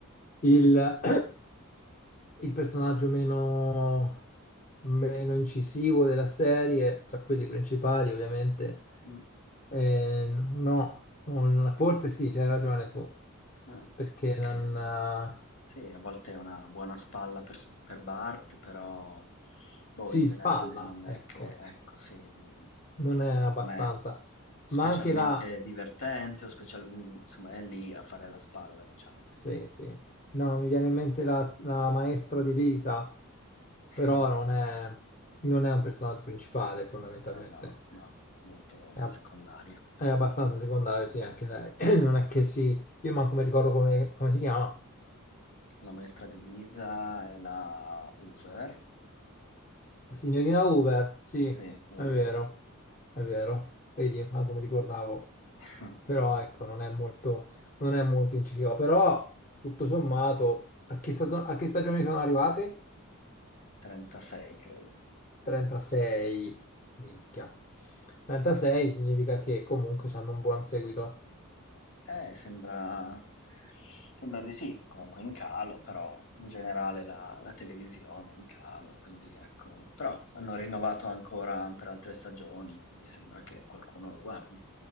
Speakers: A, on the left; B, on the left.
A: il, il personaggio meno, meno
B: Mh,
A: incisivo della serie, tra quelli principali ovviamente.
B: mh,
A: Eh, no, non- forse sì, c'hai ragione tu,
B: eh,
A: perché
B: perché
A: non... eh,
B: sì, a volte è una buona spalla per s per Bart, però boh,
A: si
B: in generale
A: spalla,
B: non
A: ecco,
B: è che ecco, sì, mhmm,
A: non è abbastanza.
B: non è specialmente
A: Ma anche la...
B: divertente o special mhmm, insomma è lì a fare la spalla, diciamo, sì.
A: Sì, sì. No, mi viene in mente la, la maestra di Lisa.
B: <laughs>
A: però non
B: Sì.
A: è, non è un personaggio principale fondamentalmente.
B: Eh no, no, molto
A: È, a-
B: secondaria.
A: è abbastanza secondario, sì, anche lei. <clears throat> Non è che si... Io manco mi ricordo come, come si chiama.
B: La maestra di Lisa è la Hoover.
A: La signorina Hoover, sì,
B: Sì,
A: è
B: vero.
A: vero, è vero. Vedi, manco mi ricordavo.
B: <laughs>
A: Però ecco, non è molto, non è molto incisiva. Però, tutto sommato, a che, stato- a che stagioni sono arrivate?
B: 36, credo.
A: 36, minchia. 36 significa che comunque hanno un buon seguito.
B: Eh, sembra... Sembra di sì, comunque in calo, però in generale la, la televisione è in calo, quindi ecco. Però hanno rinnovato ancora per altre stagioni, quindi sembra che qualcuno lo guardi.